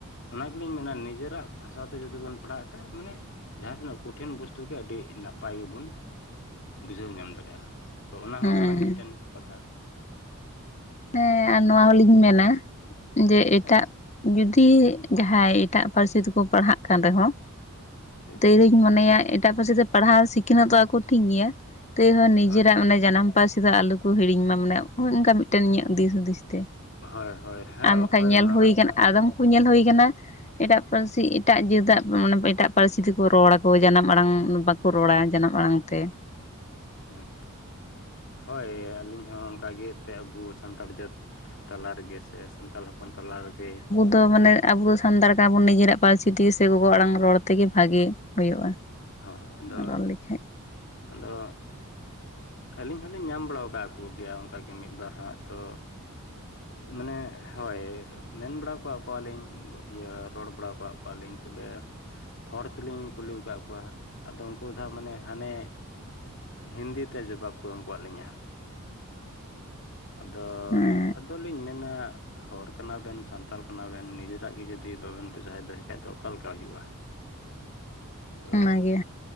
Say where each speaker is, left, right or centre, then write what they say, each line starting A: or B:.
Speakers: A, on the left; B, on the left.
A: ᱚᱱᱟ ᱜᱮᱞᱤᱧ ᱢᱮᱱᱟ ᱱᱤᱡᱮᱨᱟᱜ ᱵᱷᱟᱥᱟ ᱛᱮ ᱡᱩᱫᱤ ᱵᱚᱱ ᱯᱟᱲᱦᱟᱣᱟᱜ ᱠᱷᱟᱡ ᱢᱟᱱᱮ ᱡᱟᱦᱟᱸ ᱛᱤᱱᱟᱹᱜ ᱠᱚᱴᱤᱱ ᱵᱚᱥᱛᱩ ᱜᱮ ᱟᱹᱰᱤ ᱱᱟᱯᱟᱭ ᱜᱮᱵᱚᱱ ᱵᱩᱡᱷᱟᱹᱣ ᱧᱟᱢ ᱫᱟᱲᱮᱭᱟᱜᱼᱟ, ᱛᱚ ᱚᱱᱟ
B: ᱦᱮᱸ
A: ᱦᱚᱸ ᱠᱟᱱᱟ ᱢᱤᱫᱴᱮᱱ ᱠᱟᱛᱷᱟ᱾
B: ᱦᱮᱸ ᱟᱨ ᱱᱚᱣᱟ ᱦᱚᱞᱤᱧ ᱢᱮᱱᱟ ᱡᱮ ᱮᱴᱟᱜ
A: ᱦᱳᱭ
B: ᱡᱚᱫᱤ ᱡᱟᱦᱟᱸᱭ ᱮᱴᱟᱜ ᱯᱟᱹᱨᱥᱤ ᱛᱮᱠᱚ ᱯᱟᱲᱦᱟᱜ ᱠᱟᱱ ᱨᱮᱦᱚᱸ,
A: ᱴᱷᱤᱠ
B: ᱛᱟᱹᱭ ᱫᱩᱧ ᱢᱚᱱᱮᱭᱟ ᱮᱴᱟᱜ ᱯᱟᱹᱨᱥᱤ ᱛᱮ ᱯᱟᱲᱦᱟᱣ ᱥᱤᱠᱷᱱᱟᱹᱛ ᱚᱜ ᱟᱠᱚ ᱴᱷᱤᱠ ᱜᱮᱭᱟ, ᱛᱟᱹᱭ ᱦᱚᱸ ᱱᱤᱡᱮᱨᱟᱜ
A: ᱦᱳᱭ
B: ᱢᱟᱱᱮ ᱡᱟᱱᱟᱢ ᱯᱟᱹᱨᱥᱤ ᱫᱚ ᱟᱞᱚ ᱠᱚ ᱦᱤᱲᱤᱧ ᱢᱟ ᱢᱟᱱᱮ ᱚᱱ ᱚᱱᱠᱟ ᱢᱤᱫᱴᱮᱱ ᱤᱧᱟᱹᱜ ᱫᱤᱥ ᱦᱩᱫᱤᱥ ᱛᱮ᱾
A: ᱦᱳᱭ ᱦᱳᱭ ᱦᱮᱸ
B: ᱟᱨ ᱵᱟᱠᱷᱟᱡ
A: ᱦᱳᱭ
B: ᱧᱮᱞ
A: ᱱᱚᱣᱟ
B: ᱦᱩᱭ
A: ᱠᱟᱛᱷᱟ
B: ᱠᱟᱱᱟ ᱟᱫᱚᱢ ᱠᱚ ᱧᱮᱞ ᱦᱩᱭ ᱠᱟᱱᱟ, ᱮᱴᱟᱜ ᱯᱟᱹᱨᱥᱤ ᱮᱴᱟᱜ ᱡᱟᱹᱛᱟᱜ ᱢᱟᱱᱮ ᱮᱴᱟᱜ ᱯᱟᱹᱨᱥᱤ ᱛᱮᱠᱚ ᱨᱚᱲ ᱟᱠᱚ ᱡᱟᱱᱟᱢ ᱟᱲᱟᱝ ᱵᱟ ᱠᱚ ᱨᱚᱲᱟ ᱡᱟᱱᱟᱢ ᱟᱲᱟᱝ ᱛᱮ᱾
A: ᱦᱚᱸ ᱦᱳᱭ ᱟᱹᱞᱤᱧ ᱦᱚᱸ ᱚᱱᱠᱟ ᱜᱮ ᱮᱱᱛᱮᱫ ᱟᱵᱚ ᱥᱟᱱᱛᱟᱲ ᱡᱟᱹᱛ ᱛᱟᱞᱟ ᱨᱮᱜᱮ ᱥᱮ ᱥᱟᱱᱛᱟᱲ ᱦᱚᱯᱚᱱ ᱛᱞᱟ ᱨᱮᱜᱮ,
B: ᱛᱚ ᱢᱟᱱᱮ ᱟᱵᱚ ᱫᱚ ᱥᱟᱱᱛᱟᱲ ᱠᱟᱱᱟ ᱵᱚᱱ ᱱᱤᱡᱮᱨᱟᱜ ᱯᱟᱹᱨᱥᱤ ᱛᱮᱜᱮ ᱥᱮ ᱜᱚᱜᱚ ᱟᱲᱟᱝ ᱨᱚᱲ ᱛᱮᱜᱮ ᱵᱷᱟᱜᱮ ᱦᱩᱭᱩᱜᱼᱟ᱾
A: ᱦᱳᱭ ᱟᱫᱚ
B: ᱨᱚᱲ ᱞᱮᱠᱷᱟᱱ
A: ᱟᱫᱚ ᱟᱹᱞᱤᱧ ᱦᱚᱸᱞᱤᱧ ᱧᱟᱢ ᱵᱟᱲᱟ ᱠᱟᱜ ᱠᱚ ᱜᱮᱭᱟ ᱚᱱᱠᱟ ᱜᱮ ᱢᱤᱫ ᱵᱟᱨ ᱦᱟᱸᱜ ᱛᱚ ᱢᱟᱱᱮ ᱦᱳᱭ ᱢᱮᱱ ᱵᱟᱲᱟ ᱠᱟᱜ ᱠᱚᱣᱟ ᱞᱤᱧ ᱤᱭᱟᱹ ᱨᱚᱲ ᱵᱟᱲᱟ ᱠᱟᱜ ᱠᱚᱣᱟ ᱞᱤᱧ ᱛᱚᱵᱮ ᱦᱚᱲ ᱛᱮᱞᱤᱧ ᱠᱩᱞᱤ ᱟᱠᱟᱜ ᱠᱚᱣᱟ ᱟᱫᱚ ᱩᱱᱠᱩ ᱫᱚ ᱦᱟᱜ ᱢᱟᱱᱮ ᱦᱟᱱᱮ ᱦᱤᱱᱫᱤ ᱛᱮ ᱡᱚᱵᱟᱵ ᱠᱚ ᱮᱢ ᱠᱟᱜ ᱞᱤᱧᱟᱹ ᱟᱫᱚ
B: ᱦᱮᱸ
A: ᱟᱫᱚ ᱞᱤᱧ ᱢᱮᱱᱟ, ᱦᱚᱲ ᱠᱟᱱᱟ ᱵᱮᱱ ᱥᱟᱱᱛᱟᱲ ᱠᱟᱱᱟ ᱵᱮᱱ ᱱᱤᱡᱮᱨᱟᱜ ᱜᱮ ᱡᱩᱫᱤ ᱵᱟᱵᱮᱱ ᱵᱚᱡᱟᱭ ᱫᱚᱦᱚᱭ ᱠᱷᱟᱡ ᱫᱚ ᱚᱠᱟ ᱞᱮᱠᱟ ᱦᱩᱭᱩᱜᱼᱟ? ᱛᱚ
B: ᱚᱱᱟᱜᱮ